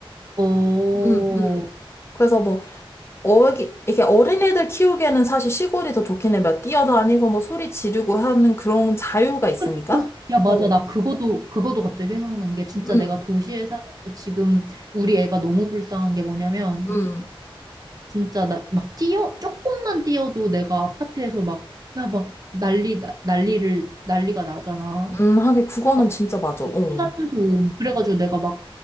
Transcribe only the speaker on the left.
음, 음. 그래서 뭐, 어기, 이게 어린애들 키우기에는 사실 시골이 더 좋긴 해. 막 뛰어다니고 뭐 소리 지르고 하는 그런 자유가 있으니까.
어,
음,
음,
음, 하긴 그거는
진짜 맞아. 어,